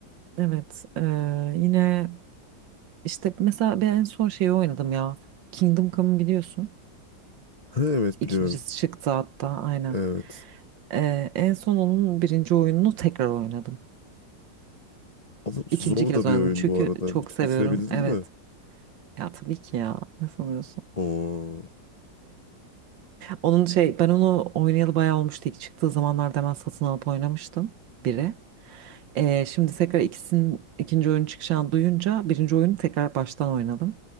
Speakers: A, on the right; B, on the left.
A: Evet, eee, yine işte mesela ben en son şeyi oynadım ya. Kingdom Come'ı biliyorsun.
B: Ha, evet
A: İkincisi
B: biliyorum.
A: çıktı hatta aynen.
B: Evet.
A: Eee, en son onun birinci oyununu tekrar oynadım.
B: Ama zor
A: İkinci kez
B: da
A: oynadım
B: bir oyun
A: çünkü
B: bu arada.
A: çok
B: Bit-
A: seviyorum.
B: bitirebildin
A: Evet.
B: mi?
A: Ya tabii ki ya. Ne sanıyorsun?
B: Oo,
A: Onun şey ben onu oynayalı bayağı olmuştu. İlk çıktığı zamanlarda hemen satın alıp oynamıştım. Biri. Ee, şimdi tekrar ikisinin ikinci oyun çıkacağını duyunca birinci oyunu tekrar baştan oynadım.